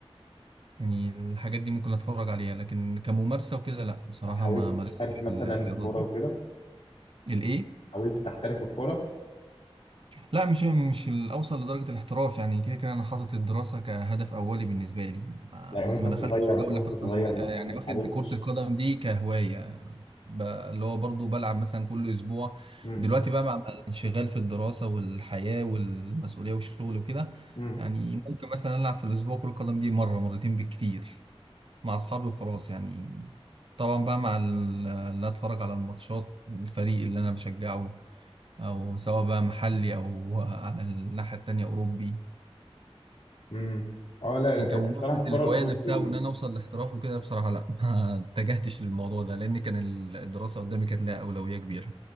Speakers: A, on the right; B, on the left.
A: يعني الحاجات دي ممكن أتفرج عليها لكن كممارسة وكده لا بصراحة
B: حاولت
A: ما مارستش
B: تحترف مثلا
A: الرياضات
B: كوره
A: دي
B: وكده
A: الإيه؟
B: حاولت تحترف الكوره
A: لا مش مش الاوصل لدرجه الاحتراف يعني كده كده انا حاطط الدراسه كهدف اولي بالنسبه لي ما-
B: يعني
A: بس
B: وانت
A: ما
B: صغير
A: دخلتش في جو
B: وانت
A: الاحتراف
B: صغير
A: أنا من- يعني
B: مثلا ما
A: واخد
B: حاولتش
A: كره القدم دي كهوايه ب- اللي هو برضو بلعب مثلا كل اسبوع
B: مم.
A: دلوقتي بقى مع مع الانشغال في الدراسه والحياه والمسؤوليه والشغل وكده
B: مم.
A: يعني ممكن مثلا العب في الاسبوع كره القدم دي مره مرتين بالكتير مع اصحابي وخلاص يعني طبعا بقى مع ال- اللي اتفرج على الماتشات الفريق اللي انا بشجعه او سواء بقى محلي او على الناحيه التانيه اوروبي
B: امم اه لا
A: لكن كممارسه
B: بصراحه الكوره
A: الهوايه
B: الاوروبي
A: نفسها وان انا اوصل لاحتراف وكده بصراحه لا ما اتجهتش للموضوع ده لان كان ال- الدراسه قدامي كانت لها اولويه كبيره